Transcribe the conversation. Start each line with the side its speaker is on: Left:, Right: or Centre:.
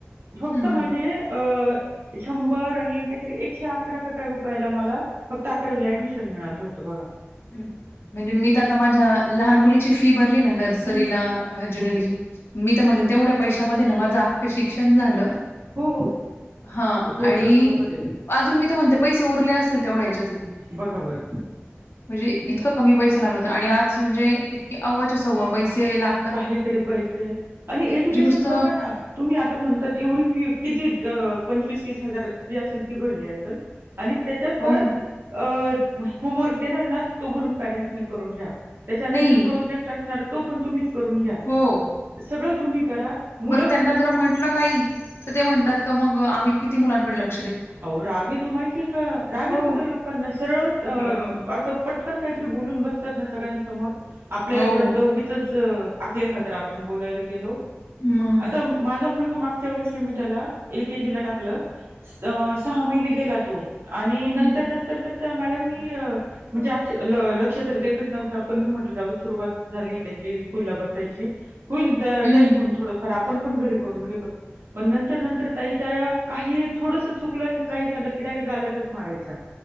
Right: फक्त
Left: हं.
Right: माझे अ शंभर आणि काहीतरी एक एकशे अकरा काय रुपयाला मला फक्त अकरावीला ऍडमिशन मिळालं होतं बघा.
Left: म्हणजे मी तर आता माझ्या लहान मुलीची फी भरली ना न.
Right: हं
Left: रीला जुन
Right: हो हो.
Left: मी तर म्हण तेवढ्या पैशामध्ये ना माझं अख्खं शिक्षण झालं.
Right: हो.
Left: हा
Right: हो
Left: आणि
Right: तर बरोबर आहे
Left: अजून मी तर म्हणते पैसे उरले असतील तेवढ्या ह्याच्यातले.
Right: बघा बरं.
Left: म्हणजे
Right: नाही
Left: इतकं कमी पैसा लागला होत आणि आज म्हणजे इतके अव्ज सव्व पैसे लाग
Right: काहीतरी पैसे आणि एज्युकेशन
Left: नुसतं
Right: बघा ना. तुम्ही आता म्हणताात एवढी फी किती पंचवीस तीस हजार जी असेल ती भरली असेल. आणि त्याच्यात
Left: हो.
Right: परत अ होमवर्क देणार ना. तो कररून पेरेंट्सनी करून घ्या त्याच्यानंतर
Left: नाही
Right: प्रोजेक्ट असणार तो पण तुम्ही करून घ्या
Left: हो.
Right: सगळं तुम्ही करा मुलं
Left: बरं त्यांना
Right: फक्त.
Left: जर म्हटलं काही. तर ते म्हणतात का मग आम्ही किती मुलांकडे लतो.
Right: अह रागेेतू माहिती आहे का रागेतू
Left: हो.
Right: ते लोकांना सरळ अ
Left: हो.
Right: असं. पटकन काहीतरी बोलून बसतात ना सगळ्यांसमोर आपल्यालाच
Left: हो.
Right: वाटतं उगीच. आल्या खातर आपण बोलायला गेलो.
Left: मग.
Right: आता माझा मुलगा मागच्या वर्षी मी त्याला एल केजीला टाकलं. अ सहा महिने गेला तो आणि नंतर
Left: हं, हं.
Right: नंतर तर त्या मॅडमनी. म्हणजे आ ल लक्षत्र देतच नव्हतं आपण मी म्हटल जाऊ सुरुवात झाली त्याची स्कूलला बसायची. होईल जाईल
Left: हं.
Right: म्हणून थोडंफार आपण. पण घरी करून घेतो प नंतर नंतर ताई त्या काही थोड. चुकलं काही झालं किडायरेट घालातच मारायचा